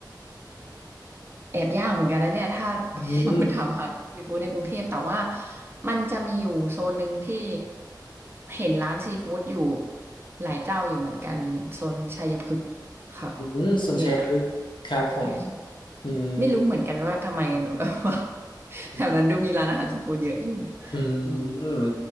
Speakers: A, on the right; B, on the left.
A: แอบยากเหมือนกันนะเนี่ยถ้า
B: <laughs> อืม
A: <laughs> ถามหาซีฟู้ดในกรุงเทพแต่ว่ามันจะมีอยู่โซนหนึ่งที่เห็นร้านซีฟู้ดอยู่หลายเจ้าอยู่เหมือนกันโซนชัยพฤกษ์ค่ะ
B: อืมสุนทรียพฤกษ์ครับผม
A: มีอยู่หลายใช่ใช่
B: อืม
A: ไม่รู้เหมือนกันว่าทำไม <laughs>
B: อืม
A: แถวนั้นดูมีร้านอาหารซีฟู้ดเยอะอยู่
B: อืม
A: อืม